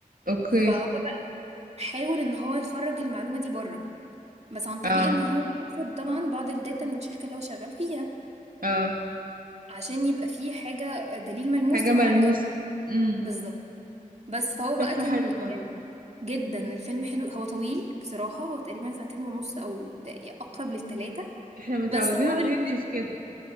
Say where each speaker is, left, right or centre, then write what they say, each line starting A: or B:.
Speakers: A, on the right; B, on the right.
A: اوكي
B: فهو بقى حاول ان هو يخرج المعلومة دي بره بس عن طريق
A: اه
B: ان هو ياخد طبعا بعض الداتا من الشركة اللي هو شغال فيها
A: اه
B: عشان يبقى فيه حاجة دليل ملموس
A: حاجة
B: يعني
A: ملموسة
B: على كلامه
A: امم
B: بالظبط بس فهو بقى
A: شكله
B: كان
A: حلو برضه
B: يعني جدا الفيلم حلو هو طويل بصراحة هو تقريبا ساعتين ونص أو ت- أقرب للتلاتة
A: احنا متعودين
B: بس هو
A: على
B: الفيلم
A: الهندي في كده